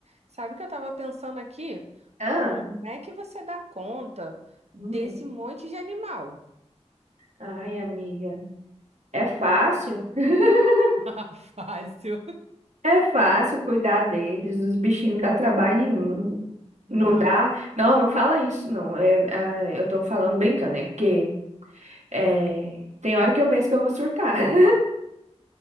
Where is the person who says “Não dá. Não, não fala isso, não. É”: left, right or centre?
Right